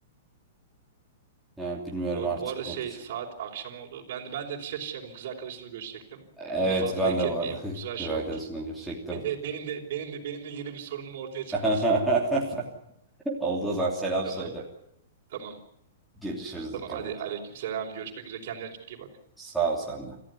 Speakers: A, in the centre; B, on the right.
A: Yani bilmiyorum
B: o,
A: artık
B: bu arada şey
A: bakacağım.
B: saat akşam oldu. Ben de ben de dışarı çıkacaktım. Kız arkadaşımla görüşecektim.
A: Evet,
B: Onu da fazla
A: ben
B: bekletmeyeyim.
A: de vardı. <laughs>
B: Bu sefer
A: Kız
B: şey
A: arkadaşımla
B: olur.
A: görüşecektim.
B: E, be- benim de benim de benim de yeni bir sorunum ortaya çıkmasın.
A: <laughs> Olduğu zaman selam
B: Tamam.
A: söyle.
B: Tamam.
A: Görüşürüz,
B: Tamam.
A: dikkat
B: Hadi
A: et.
B: aleykümselam. Görüşmek üzere. Kendine çok iyi bak.
A: Sağ ol sen de.